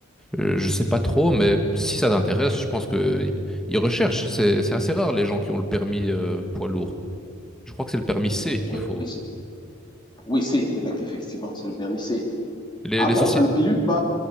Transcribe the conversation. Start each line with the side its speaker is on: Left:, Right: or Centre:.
Centre: euh, je sais pas trop, mais si ça t'intéresse, je pense que y- ils recherchent. C'est, c'est assez rare les gens qui ont le permis euh, poids lourd. Je crois que c'est le permis C qu'il
Left: oui,
Centre: faut.
Left: c'est, oui, c'est, effectivement, c'est le permis C.
Centre: Les,
Left: Ah
Centre: les
Left: bon,
Centre: sociétés.
Left: ça ne pilule pas,